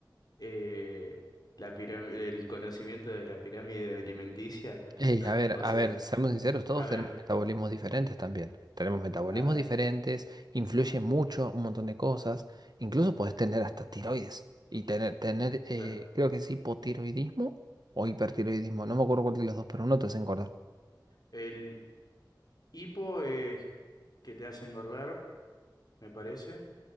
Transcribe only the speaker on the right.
hey, a ver,
a
ver, seamos sinceros, todos
tenemos metabolismos diferentes también. Tenemos metabolismos
diferentes, influye mucho un montón de cosas. Incluso puedes tener hasta tiroides y tener, tener eh,
creo que es hipotiroidismo o hipertiroidismo. No me acuerdo cuál de los dos, pero uno te hace engordar.